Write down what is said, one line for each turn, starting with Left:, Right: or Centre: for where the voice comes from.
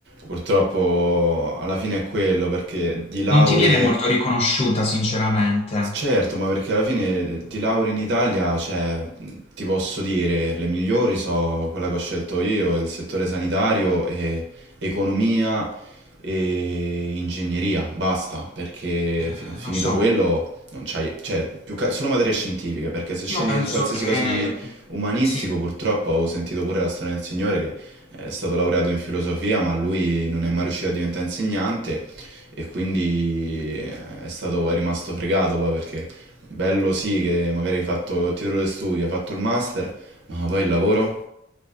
Right: Purtroppo alla fine è quello, perché di lauree
Left: Non ti viene molto riconosciuta, sinceramente.
Right: Certo, ma perché alla fine ti lauri in Italia, cioè, mh, ti posso dire, le migliori sono quella che ho scelto io, il settore sanitario e economia e ingegneria, basta, perché
Left: Eh,
Right: fi- finito
Left: lo so,
Right: quello non c'hai, cioè, più ca- solo materie scientifiche, perché se scegli
Left: io penso
Right: un qualsiasi
Left: che
Right: cosa di umanistico,
Left: sì,
Right: purtroppo ho sentito pure la storia del signore che è stato laureato in filosofia, ma lui non è mai riuscito a diventare insegnante e quindi eh, è stato, è rimasto fregato poi perché bello sì che magari hai fatto il titolo di studio, hai fatto il master, ma poi il lavoro?